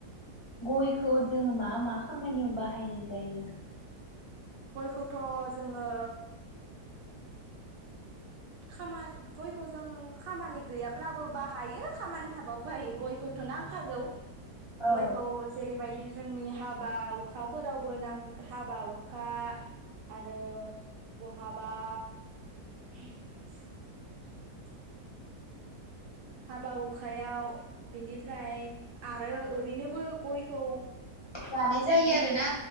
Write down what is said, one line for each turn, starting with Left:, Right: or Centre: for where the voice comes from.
Left: गयखौ जोङो मा मा खामानियाव बाहायनाय जायो?
Right: गयखौथ' जोङो खामानि गयखौ जों खामानि गैयाब्लाबो बाहायो खामानि थाबाबो बाहायो गयखौथ' नांखागौ।
Left: औ
Right: गयखौ जेरैबायदि जोंनि हाबा हुखाफोरावबो नांगौ हाबा हुखा आरो बहाबा <inaudible> हाबा हुखायाव बिनि ओमफ्राय आरो ओरैनोबो गयखौ
Left: जानाय जायो
Right: बुरै
Left: आरोना